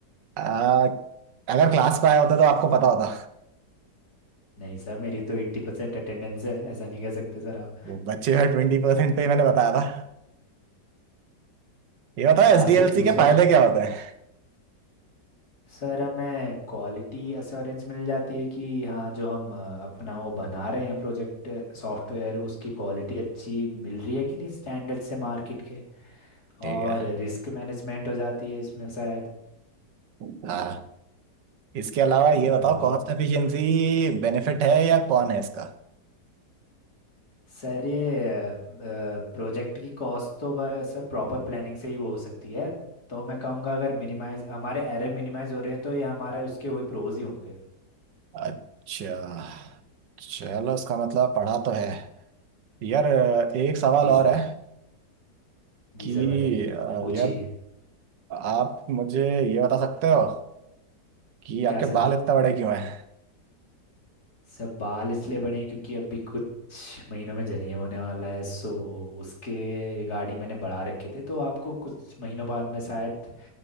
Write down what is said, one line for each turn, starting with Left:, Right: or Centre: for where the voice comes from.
Right: आ, अगर क्लास पे आया होता तो आपको पता होता
Left: नहीं सर मेरी तो एट्टी परसेंट अटेंडेंस है ऐसा नहीं कह सकते सर आप
Right: वो बच्चे हुए ट्वेंटी परसेंट पे ही मैंने बताया था ये बताओ
Left: हाँ
Right: एसडीएलसी
Left: सर दूसरा
Right: के
Left: क्वेश्चन
Right: फायदे क्या होते हैं
Left: सर हमें क्वालिटी अश्योरेंस मिल जाती है कि हाँ जो हम अ, अपना वो बना रहे हैं प्रोजेक्ट सॉफ्टवेयर उसकी क्वालिटी अच्छी मिल रही है कि नहीं स्टैंडर्ड से मार्केट के
Right: ठीक
Left: और
Right: है
Left: रिस्क मैनेजमेंट हो जाती है इसमें शायद
Right: हाँ इसके अलावा ये
Left: अ,
Right: बताओ
Left: और
Right: कॉस्ट एफिशिएंसी बेनिफिट है या कौन है इसका
Left: सर ये प्रोजेक्ट की कॉस्ट तो ब- सर प्रॉपर प्लानिंग से ही वो हो सकती है तो मैं कहूँगा अगर मिनिमाइज हमारे एरर मिनिमाइज हो रहे हैं तो ये हमारा उसके वही प्रोज ही होंगे
Right: अच्छा चलो इसका मतलब पढ़ा तो है यार एक सवाल
Left: जी
Right: और
Left: सर
Right: है
Left: जी
Right: कि
Left: सर बताइए
Right: अ,
Left: पूछिए
Right: यार आप मुझे ये बता सकते हो कि
Left: क्या
Right: आपके
Left: सर
Right: बाल इतने बड़े क्यों हैं
Left: सब बाल इसलिए बने हैं क्योंकि अभी कुछ महीनों में जनेब होने वाला है सो उसके रिगार्डिंग मैंने बढ़ा रखे थे तो आपको कुछ महीनों बाद मैं शायद